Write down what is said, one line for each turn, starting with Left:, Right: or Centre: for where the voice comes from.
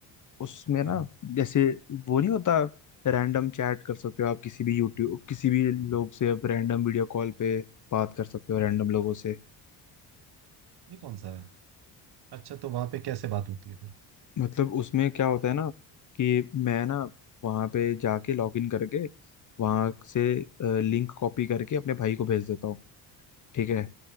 Left: उसमें ना
Right: हाँ
Left: जैसे वो नहीं होता रैंडम चैट कर सकते हो आप किसी भी यूट्यूब किसी भी लोग से आप रैंडम वीडियो कॉल पे बात कर सकते हो रैंडम लोगों
Right: अच्छा
Left: से
Right: ये कौन सा है अच्छा तो वहाँ पे कैसे बात होती है फिर
Left: मतलब उसमें क्या होता है ना कि मैं ना वहाँ पे जाके लॉग इन करके वहाँ से लिंक कॉपी करके अपने भाई को भेज देता हूँ ठीक है